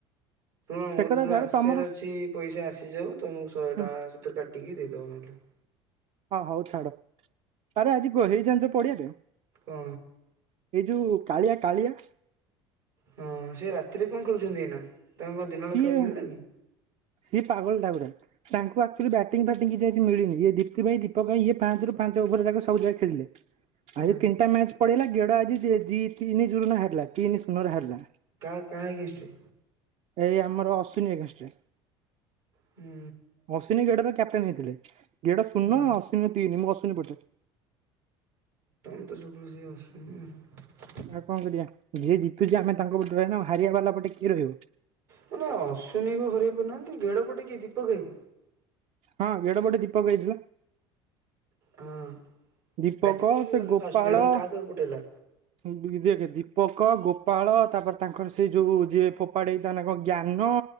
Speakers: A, on the right; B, on the right.
A: ଶୁଣ ମୋର
B: ସେ କଥା
A: ଯୋଉ
B: ଛାଡ
A: ଆସିବାର
B: ତମର
A: ଅଛି ପଇସା ଆସିଯାଉ ତମକୁ ଶହେ
B: ହୁଁ
A: ଟଙ୍କା ସେଥିରେ କାଟିକି ଦେଇଦବ ନହେଲେ।
B: ହଁ ହଉ ଛାଡ। ସାରେ ଆଜି ହେଇ ଜାଣିଚ ପଡିଆରେ।
A: କଣ?
B: ଏଇ ଯୋଉ କାଳିଆ କାଳିଆ
A: ହଁ ସେ ରାତିରେ କଣ ଖେଳୁଛନ୍ତି ଏଇନା? ତାଙ୍କୁ କଣ ଦିନବେଳେ
B: ସିଏ
A: ଖେଳିବାକୁ ମିଳିଲାନି?
B: ସିଏ ପାଗଳ ଟା ପୁରା। ତାଙ୍କୁ ଆକ୍ଟୁଆଲି ବ୍ୟାଟିଂ ଫାଟିଂ କିଛି ଆଜି ମିଳିନି। ଦୀପ୍ତି ଭାଇ ଦୀପକ ଭାଇ ଇଏ ପାଞ୍ଚରୁ ପାଞ୍ଚ ଓଭର ଯାକ ସବୁ ଯାକ ଖେଳିଲେ।
A: ହଁ
B: ଆଜି ତିନିଟା ମ୍ୟାଚ ପଳେଇଲା। ଗିଆଡ୍ ଆଜି ଜି ତିନି ଜୁରୁରେ ହାରିଲା ତିନି ସୁନରେ ହାରିଲା।
A: କା କାହା ଏଗ୍ନେଷ୍ଟରେ?
B: ଏଇ ଆମର ଅଶ୍ୱିନୀ ଏଗନେଷ୍ଟ ରେ।
A: ହୁଁ
B: ଅଶ୍ଵିନୀ ଗେଡରେ କ୍ୟାପଟେନ୍ ହେଇଥିଲେ। ଗେଡ୍ ରବଶୂନ
A: ହୁଁ।
B: ଅଶ୍ଵିନ ର ତିନି ମୁଁ ଅଶ୍ଵିନ ପଟେ।
A: ତମେ ତ ସବୁବେଳେ ସେଇ ଅଶ୍ଵିନ।
B: ଆଉ କଣ କରିବା ଯିଏ ଜିତୁଛି ଆମେ ତାଙ୍କ ପଟେ ରହିବା ନା। ହାରିବା ବାଲା ପଟେ କିଏ ରହିବ।
A: ମାନେ ଅଶ୍ୱିନ କୁ ହରେଇ ପାରୁନାହାନ୍ତି। ଗେଡ ପଟେ କିଏ ଦୀପକ୍ ଭାଇ।
B: ହଁ ଗେଡ଼ ପଟେ ଦୀପକ ଭାଇ ଥିଲା।
A: ହଁ।
B: ଦୀପକ
A: ବ୍ୟାଟିଂ କିଏ କିଏ
B: ସେ
A: କଲେ
B: ଗୋପାଳ।
A: ଫାଷ୍ଟ ଗିଡ କାହା କାହାକୁ ପଠେଇଲା?
B: <unintelligible> ଦିପକ, ଗୋପାଳ ତାପରେ ତାଙ୍କର ସେଇ ଯୋଉ ଯିଏ ଫୋପାଡେ ଯିଏ ତା ନା କଣ ଜ୍ଞାନ